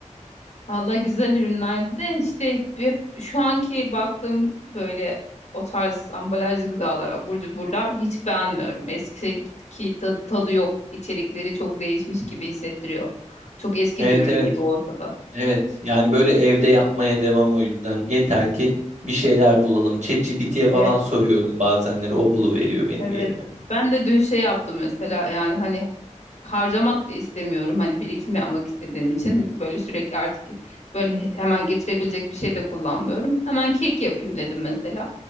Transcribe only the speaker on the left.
Valla güzel ürünlerdi de işte hep şu anki baktığım böyle o tarz ambalajlı gıdalar, abur cuburlar hiç beğenmiyorum. Eskiki tadı, tadı yok. İçerikleri çok değişmiş gibi hissettiriyor. Çok eski
bir ürün
gibi olsa da.
Evet,
evet.
Ben de dün şey yaptım mesela yani hani harcamak da istemiyorum. Hani birikim yapmak istediğim için böyle sürekli artık böyle hemen getirebilecek bir şey de kullanmıyorum. Hemen kek yapayım dedim mesela.